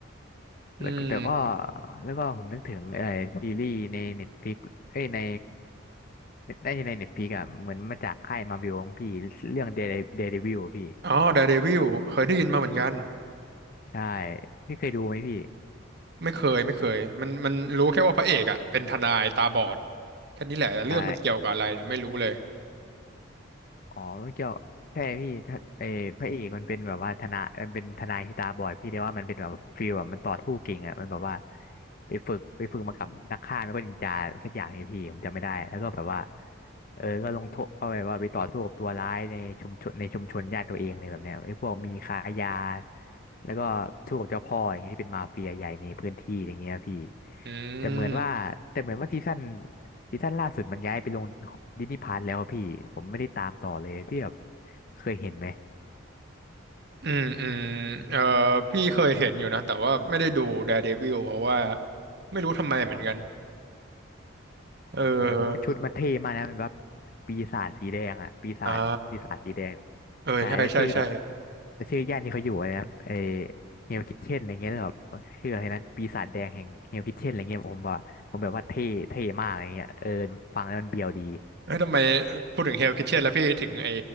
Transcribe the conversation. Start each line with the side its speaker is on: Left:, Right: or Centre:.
Right: อืม
Left: แล้วก็แต่ก็แล้วก็ผมนึกถึงเออซีรีส์ในเน็ตฟลิกเอ้ยในได้ในเน็ตฟลิกอะเหมือนมาจากค่ายมาบิวของพี่เรื่องเด e d เด e d วิลพี่
Right: อ๋อ d ดอะเดวิลเคยได้ยินมาเหมือนกัน
Left: ใช่พี่เคยดูไหมพี่
Right: ไม่เคยไม่เคยมันมันรู้แค่ว่าพระเอกอ่ะเป็นทนายตาบอดแค่นี้แหละแต่เรื่องมันเกี่ยวกับอะไรเนี่ยไม่รู้เลย
Left: ใช่ อ๋อมันเกี่ยวใช่พี่ถ้าเออพระเอกมันเป็นแบบว่าทนายมันเป็นทนายที่ตาบอดพี่ได้ว่ามันเป็นแบบฟีลแบบมันต่อสู้เก่งอ่ะมันแบบว่าไปฝึกไปฝึกมากับนักฆ่าไม่ก็นินจาสักอย่างไงพี่ผมจำไม่ได้แล้วก็แบบว่าเออก็ลงโทษเข้าไปว่าไปต่อสู้กับตัวร้ายในชุมชนในชุมชนญาติตัวเองเลยแบบเนี้ยไอ้พวกมีค้ายาแล้วก็สู้กับเจ้าพ่ออย่างเงี้ยที่เป็นมาเฟียใหญ่ในพื้นที่อย่างเงี้ยพี่
Right: อื
Left: แต่เหมือนว่าแต่เหมือนว่าซีซั่น
Right: ม
Left: ซีซั่นล่าสุดมันย้ายไปลงดิสนีย์พาร์แล้วอะพี่ผมไม่ได้ตามต่อเลยพี่แบบเคยเห็นไหม
Right: อืมอืมเอ่อพี่เคยเห็นอยู่นะแต่ว่าไม่ได้ดู Daredevil เพราะว่าไม่รู้ทำไมเหมือนกัน เออ
Left: เดี๋ยวผมว่าชุดมันเท่มากนะมันแบบปีศาจสีแดงอ่ะปีศาจปีศาจสีแดง
Right: อ่าเออใช่ใช่ใช่
Left: ใช่แล้วชื่อแล้วชื่อย่านที่เขาอยู่อะไรนะเอเฮลคิทเช่นอะไรเงี้ยแล้วแบบชื่ออะไรนะปีศาจแดงแห่งเฮลคิทเช่นอะไรเงี้ยผมว่าผมแบบว่าเท่เท่มากอะไรเงี้ยเออฟังแล้วมันเบียวดี
Right: เอ้ยทำไมพูดถึงเฮลคิทเช่นแล้วพี่ถึงไอ้